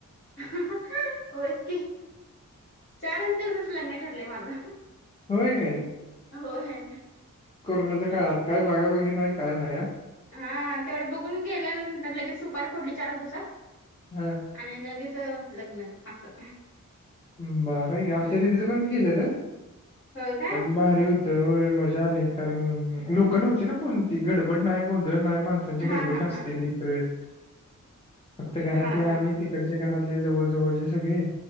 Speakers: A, on the left; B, on the left.
A: हं हं होयं चं कि. चारचं दिवसांत लग्नं ठरलंय माझं.
B: होयं कायं?
A: होय
B: कोरोनांच्या काळांत कायं बघांबघी नाहीं, कायं नाहीं आं.
A: हां तेवढं बघूंन गेल्यांनंतर लगेचं सुपारी फोडली चार चं दिवसांत.
B: हम्मं
A: आणि लगेचं लग्नं असं.
B: बंरहांय कि,
A: हम्म
B: आमच्यां दिदीचं पणं केलेलं
A: होय काय
B: पणं भारी होतं. त्यां मुळे मजां आली कारणं लोकं नव्हती नां कोणंती गडबड नांय गोंधळ नांय म्हंणे आमच्यां
A: हा
B: कडे
A: हा
B: असत्यां
A: हा हा
B: ती इतरं वेळंस फक्तं घरांतल्या
A: हा हा
B: आम्हीं
A: हा हा
B: तिकडंच्या घरांतले जवळं जवळंचे सगळें